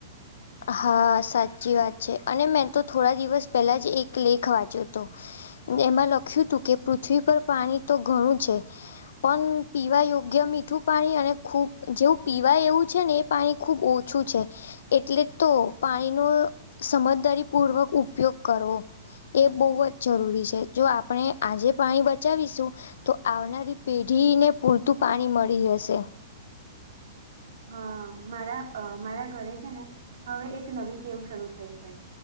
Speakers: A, on the left; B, on the right.
A: હા સાચી વાત છે અને મેં તો થોડા દિવસ પહેલા જ એક લેખ વાંચ્યો હતો. એમાં લખ્યું હતું કે પૃથ્વી પર પાણી તો ઘણું છે. પણ પીવા યોગ્ય મીઠું પાણી અને ખૂબ જેવું પીવા એવું છે ને એ પાણી ખૂબ ઓછું છે એ એટલે તો પાણીનો સમજદારી પૂર્વક ઉપયોગ કરવો એ બહુ જ જરૂરી છે જો આપણે આજે પાણી બચાવીશું તો આવનારી પેઢીને પૂરતું પાણી મળી હશે.
B: હા મારા મારા ઘરે છે ને હવે એક નવી ટેવ શરૂ થઈ છે.